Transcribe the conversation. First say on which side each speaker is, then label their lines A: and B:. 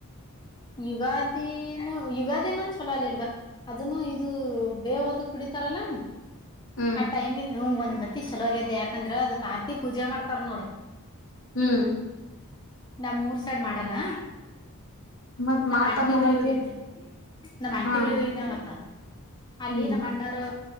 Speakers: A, on the left; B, on the left.
A: ಯುಗಾದಿನು ಯುಗಾದಿನು ಚಲೋ ಅಲ್ಲಿಲ್ವಾ ಅದನ್ನು ಇದು ಬೇವದು ಕುಡಿತಾರಲ್ಲ
B: ಹ್ಮ್
A: ಆ ಟೈಮಿಂಗ್ ಒಂದು ಅತಿ ಚಲೋಗಿದ್ಲಿ ಯಾಕಂದ್ರ ಅದ್ ಕಾರ್ತಿ ಪೂಜೆ ಮಾಡ್ತಾರ ನೋಡ್
B: ಹ್ಮ್
A: ನಮ್ಮರೂ ಸೈಡ್ ಮಾಡಲ್ಲ
B: ಮತ್
A: ನಮ್ಮ್
B: ಮಾಡ್ತಾರ
A: ಆಂಟಿ
B: ನೋಡಂತೀರ
A: ಊರಿಗೆ ಹೋಗಿದ್ದೆ ನಮ್ಮ್ ಆಂಟಿ
B: ಹಾ
A: ಊರಿಗೆ ಹೋಗಿದ್ದೆನಾ ತ ಅಲ್ಲಿ
B: ಹ್ಮ್
A: ನಮ್ಮ ಅಣ್ಣಾರು